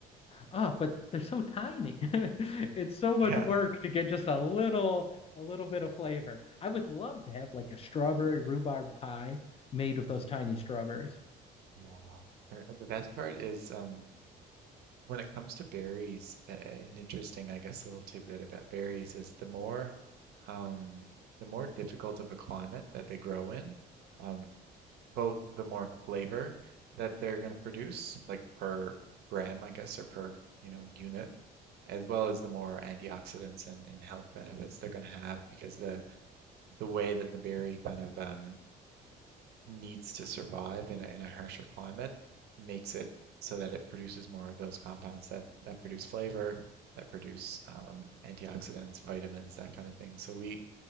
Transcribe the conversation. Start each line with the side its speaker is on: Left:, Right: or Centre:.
Left: oh, but they're so tiny. <laughs> It's so
Right: <laughs>
Left: much
Right: Yeah.
Left: work to get just a little, a little bit of flavor. I would love to have like a strawberry rhubarb pie made with those tiny strawberries.
Right: Yeah. And and the best part is um, when it comes to berries, a- an interesting, I guess, little tidbit about berries is the more um, the more difficult of a climate that they grow in, um, both the more flavor that they're going to produce, like per gram, I guess, or per, you know, unit, as well as the more antioxidants and, and health benefits they're going to have because the the way that the berry kind of um, needs to survive in a, in a harsher climate makes it so that it produces more of those compounds that that produce flavor, that produce um, antioxidants, vitamins, that kind of thing. So we,